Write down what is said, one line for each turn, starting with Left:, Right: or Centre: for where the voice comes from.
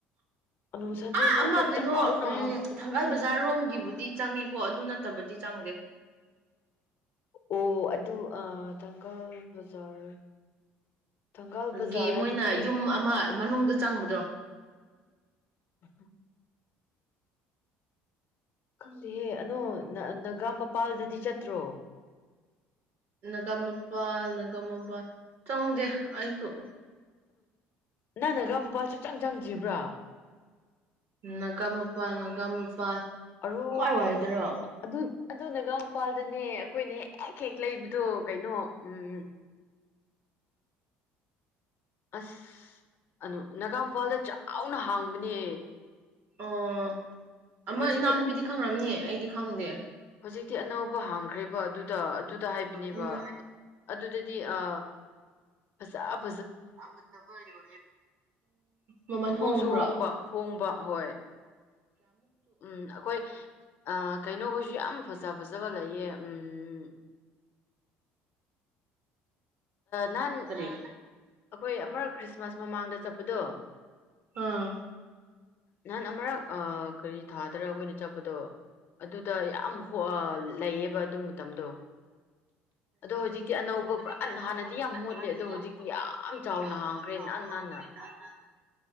Left: ꯑꯅꯨ ꯁꯟꯗꯦ
Right: ꯑꯥ
Left: ꯃꯥꯔꯀꯦꯠ
Right: ꯑꯃ ꯀꯩꯅꯣ
Left: ꯆꯥꯎꯅ
Right: ꯎꯝ
Left: ꯍꯥꯡ
Right: ꯊꯪꯒꯥꯜꯗ ꯑꯣꯖꯥꯔꯣꯝꯒꯤꯕꯨꯗꯤ ꯆꯪꯉꯦꯀꯣ ꯑꯗꯨ ꯅꯠꯇꯕꯗꯤ ꯆꯪꯗꯦ
Left: ꯑꯣ ꯑꯗꯨ ꯊꯥꯡꯒꯥꯜ ꯕꯖꯥꯔ ꯊꯪꯒꯥꯜ
Right: ꯑꯗꯒꯤ
Left: ꯕꯖꯥꯔ
Right: ꯃꯣꯏꯅ
Left: ꯍꯥꯏꯕꯗꯤ
Right: ꯌꯨꯝ ꯑꯃ ꯃꯅꯨꯡꯗ ꯆꯪꯕꯗꯣ
Left: ꯑ ꯈꯪꯗꯦꯍꯦ ꯑꯅꯣ ꯅꯒꯥ ꯃꯄꯥꯜꯗꯗꯤ ꯆꯠꯇ꯭ꯔꯣ
Right: ꯅꯒꯥ ꯃꯄꯥꯜ ꯅꯥꯒꯥ ꯃꯄꯥꯜ ꯆꯪꯗꯦ ꯑꯩꯁꯨ
Left: ꯅ ꯝ ꯃꯄꯥꯜ ꯁꯨꯆꯪ ꯆꯪꯗ꯭ꯔꯤꯕ꯭ꯔꯥ
Right: ꯅꯥꯒꯥ ꯃꯄꯥꯜ ꯅꯥꯒꯥ ꯃꯄꯥꯜ
Left: ꯑꯔꯣ
Right: ꯀꯥꯏ ꯋꯥꯏꯗꯔ
Left: ꯑꯗꯨ ꯑꯗꯨꯅꯒ ꯃꯄꯥꯜꯗꯅꯦ ꯑꯩꯈꯣꯏꯅꯦ ꯍꯦꯛ ꯍꯦꯛ ꯂꯩꯕꯗꯣ ꯀꯩꯅꯣ ꯎꯝ ꯑꯁ ꯑꯅ ꯅꯒꯥꯝ ꯏꯝꯐꯥꯜꯗ ꯆꯥꯎꯅ ꯍꯥꯡꯕꯅꯦ
Right: ꯑ ꯑꯃ
Left: ꯍꯧꯖꯤꯛꯇꯤ
Right: ꯏꯅꯥꯎꯅꯨꯄꯤꯗꯤ ꯈꯪꯈ꯭ꯔꯝꯅꯤ ꯑꯩꯗꯤ ꯈ ꯐꯪꯗꯦ
Left: ꯍꯧꯖꯤꯛꯇꯤ ꯑꯅꯧꯕ ꯍꯥꯡꯈ꯭ꯔꯦꯕ ꯑꯗꯨꯗ ꯑꯗꯨꯗ ꯍꯥꯏꯕꯅꯦꯕ
Right: ꯎꯝ
Left: ꯑꯗꯨꯗꯗꯤ ꯑ ꯐꯁꯞ
Right: ꯐꯖꯕ ꯌꯣ ꯃꯃꯜ
Left: ꯍꯣꯡꯁꯨ
Right: ꯍꯣꯡꯕ꯭ꯔꯥꯃꯨ
Left: ꯍꯣꯡꯕ ꯍꯣꯡꯕ ꯍꯣꯏ ꯎꯝ ꯑꯩꯈꯣꯏ ꯀꯩꯅꯣꯈꯩꯁꯨ ꯌꯥꯝ ꯐꯖ ꯐꯖꯕ ꯂꯩꯌꯦ ꯎꯝꯝ ꯅꯍꯥꯟ
Right: ꯀꯔꯤ
Left: ꯑꯩꯈꯣꯏ ꯑꯃꯔꯛ ꯈ꯭ꯔꯤꯁꯃꯥꯁ ꯃꯃꯥꯡꯗ ꯆꯠꯄꯗꯣ
Right: ꯑꯥ
Left: ꯅꯍꯥꯟ ꯑꯃꯛ ꯀꯔꯤ ꯊꯥꯗꯔꯒ ꯑꯩꯈꯣꯏꯅ ꯆꯠꯄꯗꯣ ꯑꯗꯨꯗ ꯌꯥꯝ ꯂꯩꯌꯦꯕ ꯑꯗꯨ ꯃꯇꯝꯗꯣ ꯑꯗꯣ ꯍꯧꯖꯤꯛꯇꯤ ꯑꯅꯧꯕ ꯄꯨꯔꯥ
Right: ꯗꯤ ꯑꯅꯧꯕ
Left: ꯍꯥꯟꯅꯗꯤ
Right: ꯄꯨꯔꯥ
Left: ꯌꯥꯝ ꯃꯣꯠꯂꯦ
Right: ꯍꯥꯟꯅꯗꯤ
Left: ꯑꯗꯣ ꯍꯧꯖꯤꯛꯇꯤ
Right: ꯌꯥꯝ ꯍꯨꯣꯟꯂꯦ
Left: ꯌꯥꯝ
Right: ꯑꯗꯨꯕꯨ ꯍꯧꯗꯤꯛ
Left: ꯆꯥꯎꯅ
Right: ꯀꯌꯥꯝ
Left: ꯍꯥꯡꯈ꯭ꯔꯦ
Right: ꯆꯥꯎꯅ
Left: ꯅꯥꯟ ꯅꯥꯟꯅ
Right: ꯍꯥꯡꯈ꯭ꯔꯦ ꯅꯍ